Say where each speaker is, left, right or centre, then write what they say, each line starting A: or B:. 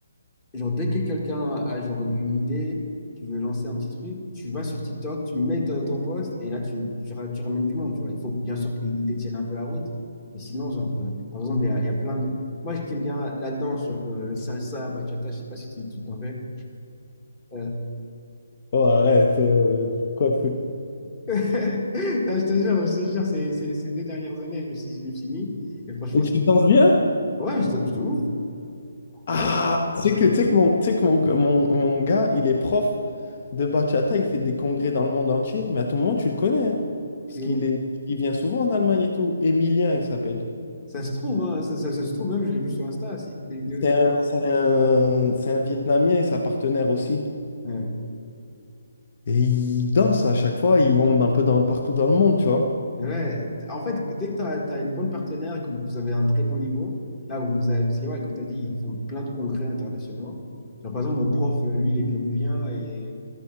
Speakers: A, on the left; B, on the left.
A: Genre, dès que quelqu'un a genre une idée, qui veut lancer un petit truc, tu vas sur TikTok, tu mets ta- ton post et là, tu, tu, ra- tu ramènes du monde, tu vois. Il faut bien sûr que l'idée tienne un peu la route. Mais sinon, genre, euh, par exemple, il y a, il y a plein de... Moi, je t'aime bien la danse, genre euh, salsa, bachata, je sais pas si tu tu t'en fais. Euh,
B: Oh, arrête, euh, quoi de fou.
A: <laughs> Non, je te jure, je te jure, ces, ces- ces deux dernières années, je me suis, je me suis mis. Et franchement,
B: Et
A: c'est-
B: tu danses bien?
A: ouais, je, te je te ouvre. Ouais,
B: Ah, c'est
A: je-
B: que, tu sais que, mon, tu sais que mon, mon, mon gars, il est prof de bachata, il fait des congrès dans le monde entier, mais à tout moment, tu le connais, hein. parce
A: c'est-
B: qu'il est, il vient souvent en Allemagne et tout. Emilien, il s'appelle.
A: Ça se trouve, hein, ça, ça- ça se trouve même, je l'ai vu sur Insta, s'il fait des vidéos
B: C'est
A: et tout.
B: un, c'est un- c'est un Vietnamien et sa partenaire aussi.
A: Ouais.
B: Et ils dansent à chaque fois, ils vont un peu dans, partout dans le monde, tu vois.
A: Ouais, en fait, dès que tu as, une bonne partenaire et que vous avez un très bon niveau, là vous vous avez, parce que, ouais, comme tu as dit, ils font plein de congrès internationaux. Genre, par exemple, mon prof, euh, lui, il est péruvien et,